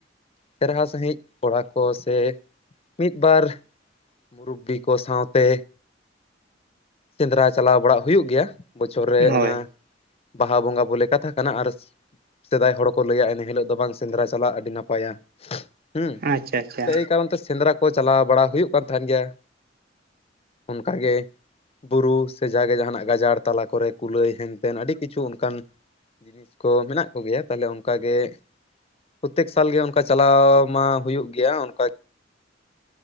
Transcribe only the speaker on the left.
ᱪᱮᱨᱦᱟ ᱥᱟᱺᱦᱤᱡ ᱠᱚᱲᱟ ᱠᱚ ᱥᱮᱼᱼ ᱢᱤᱫ ᱵᱟᱨ ᱢᱩᱨᱩᱵᱽᱵᱤ ᱠᱚ ᱥᱟᱶᱛᱮᱼᱼ ᱥᱮᱸᱫᱽᱨᱟ ᱪᱟᱞᱟᱣ ᱵᱟᱲᱟᱜ ᱦᱩᱭᱩᱜ ᱜᱮᱭᱟ, ᱵᱚᱪᱷᱚᱨ ᱨᱮ
ᱚᱱᱟᱼᱼ ᱵᱟᱦᱟ ᱵᱚᱸᱜᱟ ᱵᱚᱞᱮ ᱠᱟᱛᱷᱟ ᱠᱟᱱᱟ ᱟᱨᱼᱼ ᱥᱮᱫᱟᱭ ᱦᱚᱲ ᱠᱚ ᱞᱟᱹᱭᱟ ᱤᱱᱟᱹ ᱦᱤᱞᱳᱜ ᱫᱚ ᱵᱟᱝ ᱥᱮᱸᱫᱽᱨᱟ ᱪᱟᱞᱟᱜ ᱟᱹᱰᱤ ᱱᱟᱯᱟᱭᱟ ᱾ ᱦᱩᱸ,
ᱮᱭ ᱠᱟᱨᱚᱱ ᱛᱮ ᱥᱮᱸᱫᱽᱨᱟ ᱠᱚ ᱪᱟᱞᱟᱣ ᱵᱟᱲᱟ ᱦᱩᱭᱩᱜ ᱠᱟᱱ ᱛᱟᱸᱦᱮᱜ ᱜᱮᱭᱟ᱾ ᱚᱱᱠᱟ ᱜᱮᱼᱼ ᱵᱩᱨᱩ ᱥᱮ ᱡᱟᱜᱮ ᱡᱟᱦᱟᱱᱟᱜ ᱜᱟᱡᱟᱲ ᱛᱟᱞᱟ ᱠᱚᱨᱮ ᱠᱩᱞᱟᱹᱭ ᱦᱮᱱᱛᱮᱱ ᱟᱹᱰᱤ ᱠᱤᱪᱷᱩ ᱚᱱᱠᱟᱱᱼᱼ ᱠᱚ ᱢᱮᱱᱟᱜ ᱠᱚᱜᱮᱭᱟ, ᱛᱟᱦᱚᱞᱮ ᱚᱱᱠᱟᱜᱮᱼᱼ ᱯᱨᱚᱛᱛᱮᱠ ᱥᱟᱞ ᱜᱮ ᱚᱱᱠᱟ ᱪᱟᱞᱟᱣ ᱢᱟ ᱦᱩᱭᱩᱜ ᱜᱮᱭᱟ ᱚᱱᱠᱟ ᱾